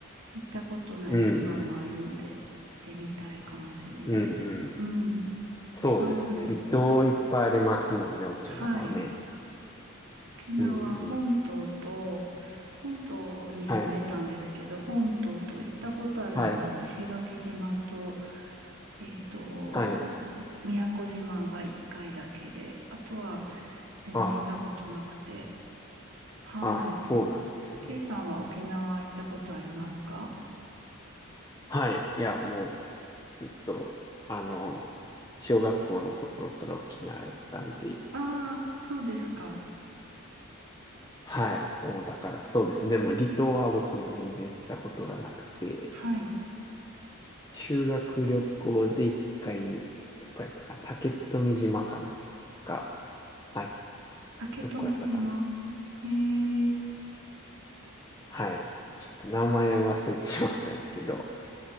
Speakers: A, on the right; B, on the left.
A: 行ったことない島もあるので、
B: うんうん、
A: 行ってみたいかもしれないです。
B: うんうん。
A: うん。
B: そうですね。
A: はい。
B: 離島いっぱいありますもんね、沖縄ね。
A: はい。沖縄本島と、
B: うんうん。
A: 本島に住んでたんですけど、
B: はい、
A: 本島と行ったことあるのは石垣島と、
B: はい、
A: えっと、
B: はい。
A: 宮古島が1回だけで、あとは全然行ったことなくて。
B: あ、
A: はい。
B: あ、そうなんですね。
A: K さんは沖縄行ったことありますか
B: はい。いや、もう、ずっと、あの、小学校の頃から沖縄やったんで、
A: ああー、そうですか。
B: はい。もう、だから、そうですね。でも、離島は僕も全然行ったことがなくて、
A: はい。
B: 修学旅行で一回、どこやったかな、竹富島かなとか、あ、
A: 竹富島。
B: どこやったかな。
A: ええ <laughs>
B: はい。ちょっと名前を忘れてしまったんですけど、